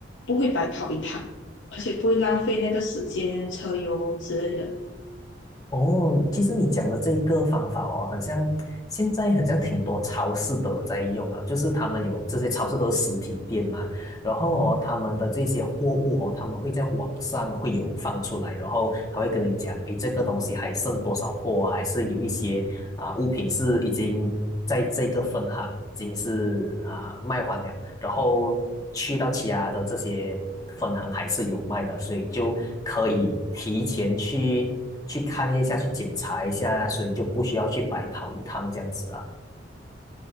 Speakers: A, on the left; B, on the left.
A: 不会白跑一趟。而且不会浪费那个时间、车油之类的。
B: 哦，其实你讲的这一个方法哦，很像现在很像挺多超市都有在用啊，就是他们有这些超市都是实体店嘛，然后哦，他们的这些货物哦，他们会在网上会有放出来，然后他会跟你讲，诶，这个东西还剩多少货啊，还是有一些啊、物品是已经在这个分行已经是啊、卖完了，然后去到其他的这些分行还是有卖的，所以就可以提前去去看一下，去检查一下，所以就不需要去白跑一趟这样子啊。